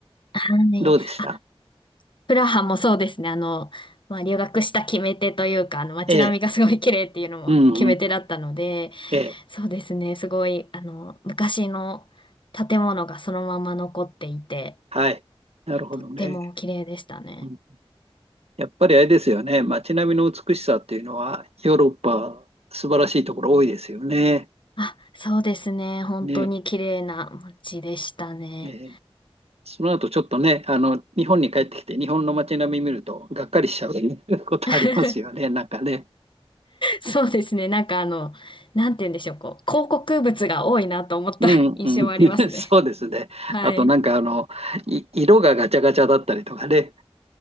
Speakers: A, on the left; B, on the right.
A: はい。
B: どうでした
A: あ、プラハもそうですね。あの、まあ、留学した決め手というか、あの、街並みがすごい綺麗っていうのも決め手だったので、
B: ええ、うんうん、ええ、
A: そうですね。すごい、あの、昔の建物がそのまま残っていて、
B: はい。なるほどね。
A: とっても綺麗でしたね。
B: うんやっぱりあれですよね。街並みの美しさっていうのは、ヨーロッパ、素晴らしいところ多いですよね。
A: あ、そうですね。本当に綺麗な街でしたね。
B: ね。ええその後ちょっとね、あの、日本に帰ってきて、日本の街並み見ると、がっかりしちゃう <laughs> ことありますよね、
A: <laughs>
B: なんかね。
A: そうですね。なんかあの、なんて言うんでしょう。こう、広告物が多いなと思った
B: うんうん、
A: <laughs> 印象はありますね。
B: <laughs> そうですね。
A: はい。
B: あとなんかあの、い色がガチャガチャだったりとかね、